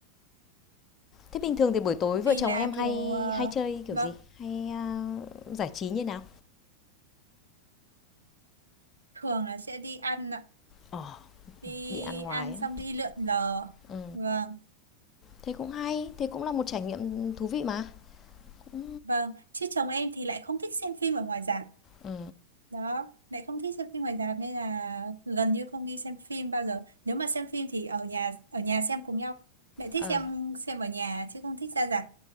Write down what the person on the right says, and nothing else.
vì
là
kiểu ờ,
vâng
thường là sẽ đi ăn ạ
đi
ăn
xong đi lượn lờ
vâng
Vâng, chứ chồng em thì lại không thích xem phim ở ngoài rạp.
Đó, lại không thích xem phim ngoài rạp nên là gần như không đi xem phim bao giờ. Nếu mà xem phim thì ở nhà ở nhà xem cùng nhau. Lại thích
xem xem ở nhà chứ không thích ra rạp.